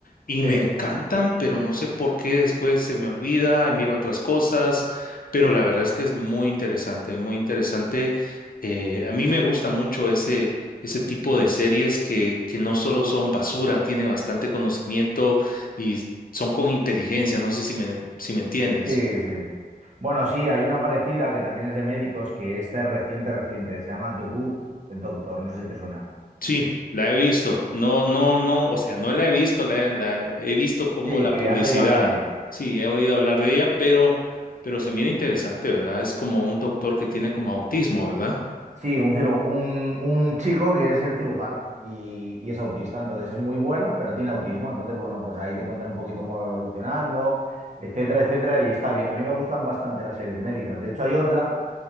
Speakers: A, on the left (about 65°); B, on the right (about 50°).
A: y
B: Sí.
A: me encantan, pero no sé por qué después se me olvida y miro otras cosas, pero la verdad es que es muy interesante, muy interesante. Eh, a mí me gusta mucho ese, ese tipo de series que, que no solo son basura, tiene bastante conocimiento y son con inteligencia, no sé si me, si me entiendes.
B: Sí, sí, sí. Bueno, sí, hay una parecida que también es de médicos, que esta es reciente, reciente, que se llama The Good Doctor, no sé si te suena.
A: Sí, la he visto. No, no, no, o sea, no la he visto, la, he la he visto como
B: Sí,
A: la
B: que
A: publicidad.
B: has oído hablar de ella.
A: Sí, he oído hablar de ella, pero, pero se mira interesante, ¿verdad? Es como un doctor que tiene como autismo, ¿verdad?
B: Sí, un, ciru- un, un chico que quiere ser cirujano y, y es autista, entonces es muy bueno, pero tiene autismo, entonces bueno, pues ahí te cuentan un poquito cómo va evolucionando, etcétera, etcétera, y está bien. A mí me gustan bastante las series médicas. De hecho, hay otra